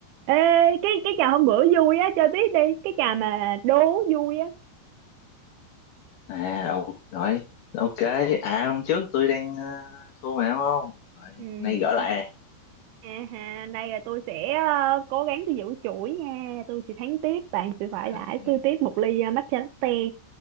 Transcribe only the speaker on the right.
Ê, cái cái trò hôm bữa vui á, chơi tiếp đi. Cái trò mà đố vui á.
Ừ.
À ha, đây là tôi sẽ ờ, cố gắng tôi giữ chuỗi nha. Tôi sẽ thắng tiếp, bạn sẽ phải
đãi tôi tiếp một ly ờ, matcha latte.